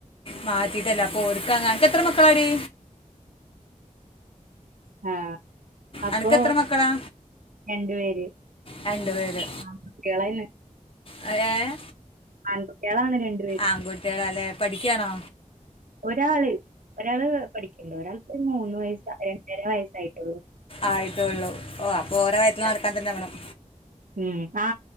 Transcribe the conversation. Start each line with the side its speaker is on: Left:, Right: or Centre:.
Left: മാ കിട്ടീട്ടല്ല അപ്പൊ ഓരുക്കാങ്ങ നക്ക് എത്ര മക്കളാടി
Right: ആഹ അപ്പൊ
Left: അനക്ക് എത്ര മക്കളാ
Right: രണ്ടു പേര്
Left: രണ്ട് പേര്
Right: ആങ്കുട്ട്യോളാന്ന്
Left: ഏ
Right: ആങ്കുട്ട്യോളാണ് രണ്ടു പേര്
Left: ആൺകുട്ടികളല്ലേ പഠിക്കുകയാണോ
Right: ഒരാള് ഒരാള് പഠിക്കണ്ട് ഒരാൾക്ക് മൂന്ന് വയസ രണ്ടര വയസ്സായിട്ടുള്ളു
Left: ആയിട്ടൊള്ളു ഓ അപ്പൊ ഓരോ വയത്തില് നടക്കാൻ
Right: ക്ലാസ്സില്
Left: തന്നെ വേണം
Right: ഉം ആ